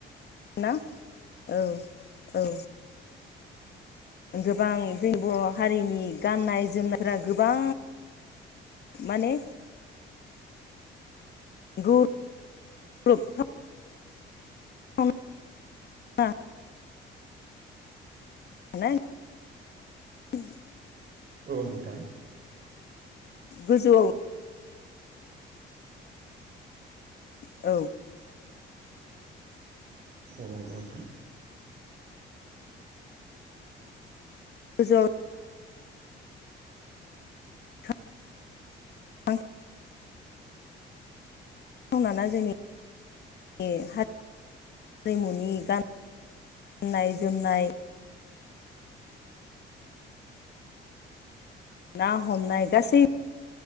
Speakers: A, on the left; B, on the right.
A: ना औ औ गोबां जोंनि बर' हारिनि गाननाय जोमनायफोरा गोबां माने गौरबखा <unintelligible> <unintelligible>
B: औ नोंथां
A: गोजौआव औ
B: औ नंगौ नोंथां
A: गोजौ <unintelligible> मावनाना जोंनि बे हारिमुनि गान गाननाय जोमनाय ना हमनाय गासै